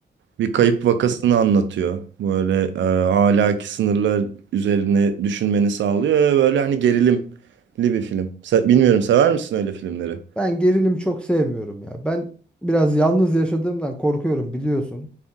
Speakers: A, on the right; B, in the centre.
A: Bir kayıp
B: Hı.
A: vakasını anlatıyor böyle e, ahlaki sınırlar üzerine düşünmeni sağlıyor ve böyle hani gerilimli bir film. Se- bilmiyorum sever misin öyle filmleri?
B: Ben gerilim çok sevmiyorum ya. Ben biraz yalnız yaşadığımdan korkuyorum biliyorsun.